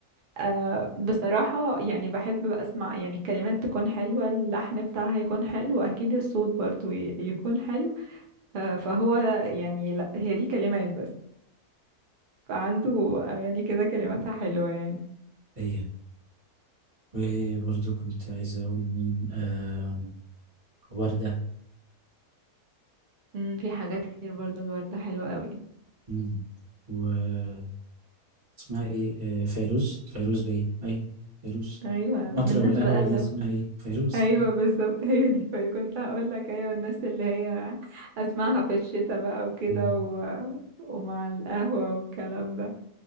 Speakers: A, on the right (about 70°); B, on the right (about 40°).
A: أه بصراحة يعني بحب بقى اسمع يعني الكلمات تكون حلوة اللحن بتاعها يكون حلو اكيد الصوت برضو ي- يكون حلو أه فهو يعني لا هي دي كلمات بس فعنده اغاني كده كلماتها حلوة يعني
B: هي وبرضه كنت عايز أقول مين آم، وردة
A: أمم، في حاجات كتير برضو الوردة حلوة قوي
B: مم. واسمها ايه آه، فيروز فيروز باين أيوة فيروز
A: ايوه
B: المطرة
A: من الناس
B: والقهوة
A: بقى اللي
B: دي اسمها
A: هو-
B: ايه فيروز
A: ايوه بالظبط هي دي فكنت هقول لك ايوه الناس اللي هي اسمعها في الشتاء بقى وكده
B: مم.
A: و... ومع القهوة والكلام ده